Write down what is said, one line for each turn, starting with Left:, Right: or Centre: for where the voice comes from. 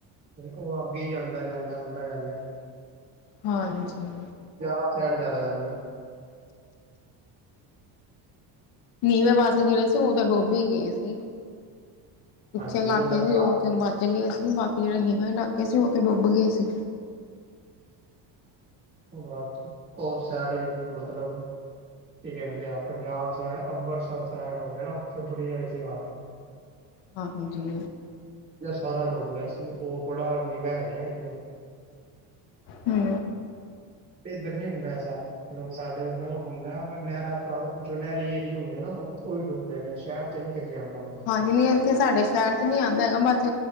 Right: ਉਹ ਅੱਗੇ ਹੀ ਜਾਂਦਾ- ਜਾਂਦਾ, ਆਂਦਾ ਜਾਂਦਾ।
Left: ਹਾਂਜੀ।
Right: ਬਿਆਸ ਸਾਈਡ ਜ਼ਿਆਦਾ ਜਾਂਦਾ।
Left: ਨੀਵੇਂ ਪਾਸੇ ਜਿਹੜੇ ਸੀ। ਉਹ ਤਾਂ ਡੁਬ ਈ ਗਏ ਸੀ। ਉਚੇ
Right: ਹਾਂਜੀ
Left: ਲਾਕੇ
Right: ਜਿੰਨਾ
Left: ਸੀ
Right: ਤੱਕ
Left: ਉਹਥੇ ਬਚ ਗਏ ਸੀ। ਬਾਕੀ ਜਿਹੜੇ ਨੀਵੇਂ ਲਾਕੇ ਸੀ। ਉਹਥੇ ਡੁੱਬ ਗਏ ਸੀ।
Right: ਹੋਰ ਸੈਡ ਵੀ ਮਤਲਬ ਕੀ ਕਹਿੰਦੇ ਆ। ਪੰਜਾਬ ਸਇਡ ਅੰਮ੍ਰਿਤਸਰ ਸਇਡ ਹੋਗੇ ਨਾ। ਉਥੇ ਬੁਰੀ ਜ ਸੀ ਹਾਲ
Left: ਹਾਂਜੀ।
Right: ਸਾਰਾ ਡੁੱਬ ਗਿਆ ਸੀ। ਉਹ ਬੜਾ ਨਿਵਾ ਹਿਗਾ ਆ ਨਾ ਏਰੀਆ।
Left: ਹੂੰ।
Right: ਇੱਧਰ ਨੀ ਹੁੰਦਾ। ਐਸਾ। ਲੋ ਸਾਡੇ ਅੱਗੇ ਹੁੰਦਾ ਵ, ਨਹਿਰਾਂ ਤੋਂ ਜੋ ਨਹਿਰੀ ਏਰੀਏ ਹੁੰਦੇ ਨਾ। ਉ ਡੁਬ ਨੇ ਸ਼ਹਿਰ ਚ ਨੀ ਕਿਤੇ ਜਾਂਦਾ ਪੈ।
Left: ਹਾਂਜੀ, ਨਹੀਂ ਇੱਥੇ ਸਾਡੇ ਸ਼ਹਿਰ ਚ, ਨਹੀਂ ਆਂਦਾ ਹੈਗਾ। ਬਸ